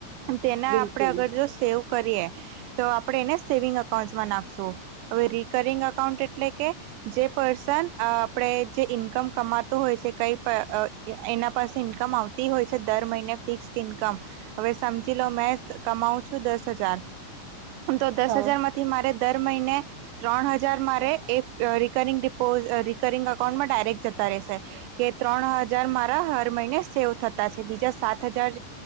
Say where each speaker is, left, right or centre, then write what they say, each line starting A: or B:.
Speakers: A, on the right; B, on the right.
A: તેના
B: બિલકુલ
A: આપણેે અગર જો સેવ કરીએ તો આપણે એને સેવિંગ અકાઉન્ટમાં નાખશું હવે રિકરિંગ અકાઉન્ટ એટલે કે જે પર્સન અ આપણે જે ઇન્કમ કમાતું હોય છે કઈપણ અ એના પાસે ઈન્કમ આવતી હોય છે દર મહિને ફિક્સ ઇન્કમ હવે સમજી લો મેં કમાવું છું દસ હજાર
B: <inaudible>
A: આમ તો દસ
B: હા
A: હજારમાંથી મારે દર મહિને ત્રણ હજાર મારે એ અ રિકરિંગ ડીપોઝ અ રિકરિંગ અકાઉન્ટમાં ડાયરેક જતા રેહશે કે ત્રણ હજાર મારા હર મહિને સેવ થતા છે બીજા સાત હજાર